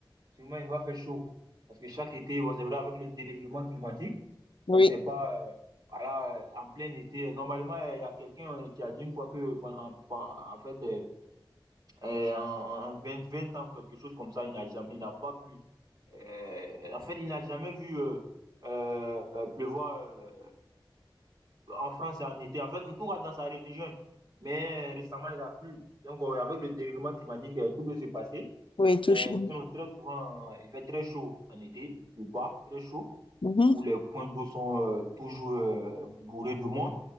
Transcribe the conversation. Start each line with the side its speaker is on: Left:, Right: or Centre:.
Right: Seulement, il va faire chaud. Parce que chaque été, vous savez vrai, avec le dérèglement climatique,
Left: Oui,
Right: on ne sait pas, euh, voilà, euh, en plein été, euh, normalement, euh, il y a quelqu'un euh, qui a dit une fois que, pendant- en, en- en fait, euh, euh, en, en 20 20 ans, quelque chose comme ça, il n'a jamais, il n'a pas plu. Euh, en fait, il n'a jamais vu euh, euh, euh, pleuvoir. euh, en France, c'est en été. En fait, tout va dans sa région. Mais récemment, il a plu. Donc, euh, avec le dérèglement climatique, euh, tout peut se passer.
Left: oui, tout
Right: Mais
Left: chaud.
Right: sinon, très souvent, euh, il fait très chaud en été. Il ne pleut pas, très chaud
Left: Mhm.
Right: où les points d'eau sont euh, toujours euh, bourrés de monde.